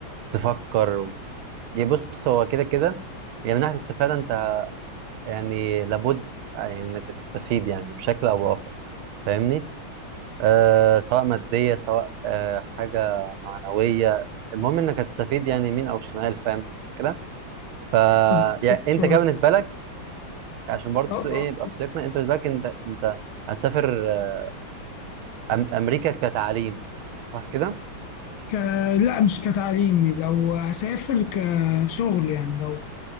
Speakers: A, on the right (about 85°); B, on the left (about 85°).
A: تفكر و... يعني بص هو كده كده يعني من ناحيه الاستفاده انت يعني لابد يعني انك تستفيد يعني بشكل او باخر فاهمني آه سواء مادية سواء آه حاجة معنوية المهم انك هتستفيد يعني يمين او شمال فاهم الفكرة ف
B: بالظبط
A: يعني انت كده بالنسبة لك عشان برضو
B: آه.
A: ايه يبقى في سياقنا انت بالنسبة لك انت انت هتسافر آه، أم امريكا كتعليم صح كده
B: ك... لا مش كتعليم لو هسافر كشغل يعني لو